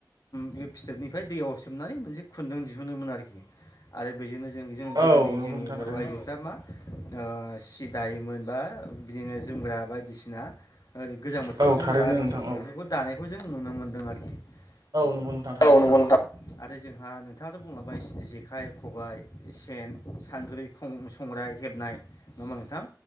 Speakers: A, on the left (about 60°); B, on the right (about 75°).
A: बे फिथोबनिफ्राय दैयाव सोमनानै मोनसे खुन्दुं दिहुनोमोन आरोखि आरो बेजोंनो जों जों गोदोनि
B: औ नंगौ
A: जोंनि
B: नोंथां
A: बर'
B: थारैनो
A: आइजोफ्रा मा ओ सि दायोमोन बा बिदिनो जोमग्रा बायदिसिना ओरै गोजां बोथोराव
B: औ
A: जोमग्रा
B: थारैनो
A: आरोखि
B: नोंथां औ
A: बेफोरखौ दानायखौ जों नुनो मोन्दों आरोखि। औ
B: नंगौ नोंथां थारैनो
A: औ नंगौ नोंथां। आरो जोंहा नोंथाङाथ' बुंलाबाय जेखाइ खबाइ सेन सान्द्रै सं संग्राय हेबनाय नङाहोमबा नोंथां